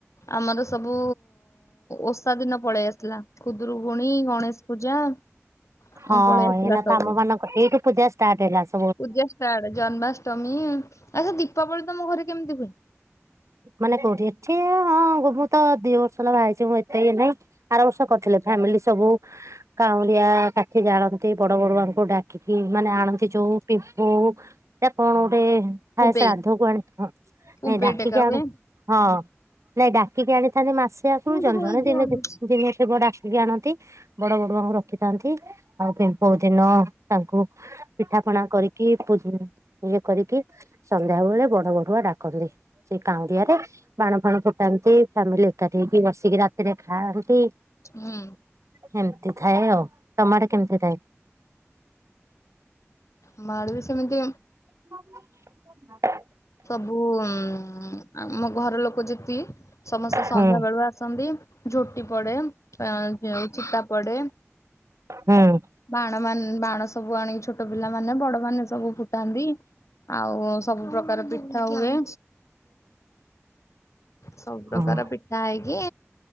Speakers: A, on the left; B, on the right.
A: ଆମର ସବୁ ଓଷା ଦିନ ପଳେଇ ଆସିଲା ଖୁଦରୁକୁୁଣୀ ଗଣେସ ପୂଜା
B: ହଁ
A: ଆଉ ପଳେଇ ଆସିଲା
B: ଏଇନା
A: ସବୁ
B: ତ ଆମମାନଙ୍କ ଏଇଠୁ ପୂଜା ଷ୍ଟାର୍ଟ ହେଲା ସ
A: ପୂଜା ଷ୍ଟାର୍ଟ ଜନ୍ମାଷ୍ଟମୀ ଆଚ୍ଛା ଦୀପାବଳି ତମ ଘରେ କେମିତି ହୁଏ?
B: ମାନେ କୋଉଠି ଏଠି ହଁ ମୁଁ ମୁଁ ତ ଦି ବର୍ଷ ହେଲା ବାହା ହେଇଛି ମୁଁ ଏତେ ଇଏ ନାଇଁ ଆରବର୍ଷ କରିଥିଲେ ଫ୍ୟାମିଲି ସବୁ କାଉଁଲିଆ କାଠି ଜାଳନ୍ତି ବଡ ବଡୁଆଙ୍କୁ ଡାକ ଖିକି ମାନେ ଆଣନ୍ତି ଯୋଉ ପିମ୍ପୁଉ ଏ କଣ ଗୋଟେ ନାଇଁ
A: କୁମ୍ପେଇ
B: ଶ୍ରାଦ୍ଧକୁ ଆଣେ ହଁ ନାଇଁ
A: କୁମ୍ପେଇ
B: ଡାକିକି
A: ଟେକା
B: ଆଣେ
A: ହୁଏ।
B: ହଁ ନାଇଁ ଡାକିକି ଆଣିଥାନ୍ତି ମାସେ ଆଗୁରୁ
A: ମୁଁ
B: ଜଣେ
A: ତ କହିକି
B: ଜଣେ ଦିନେ
A: ଆଣୁଛି।
B: ଦି ଦିନେ ଥିବ ଡାକିକି ଆଣନ୍ତି। ବଡ ବଡଆଙ୍କୁ ରଖିଥାନ୍ତି ଆଉ ପିମ୍ପୋଉ ଦିନ ତାଙ୍କୁ ପିଠା ପଣା କରିକି ପୂ ଇଏ କରିକି ସନ୍ଧ୍ୟାବେଳେ ବଡ ବଡୁଆ ଡାକନ୍ତି। ସେ କାଉଁନ୍ଦିଆରେ ବାଣ ଫାଣ ଫୁଟାନ୍ତି ଫ୍ୟାମିଲି ଏକାଠି ହେଇକି ବସିକି ରାତିରେ ଖାଆନ୍ତି।
A: ହୁଁ
B: ହେମତି ଥାଏ ଆଉ ତମ ଆଡ଼େ କେମିତି ଥାଏ?
A: ଆମଆଡେ ବି ସେମିତି
B: ହ
A: ସବୁ ଉଁ ଆମ ଘର ଲୋକ ଯେତିକି ସମସ୍ତେ ସନ୍ଧ୍ୟା
B: ହୁଁ
A: ବେଳୁ ଆସ ଛନ୍ତି ଝୋଟି ପଡେ ଆ ଯେଉ ଚିତା ପଡେ
B: ହୁଁ
A: ବାଣମାନ ବାଣ ସବୁ ଆଣିକି ଛୋଟ ପିଲାମାନେ ବଡମାନେ ସବୁ ଫୁଟାନ୍ତି ଆଉ ସବୁ ପ୍ରକାର ପିଠା ହୁଏ। ସବୁ
B: ହୁଁ
A: ପ୍ରକାର ପି ଯାଇକି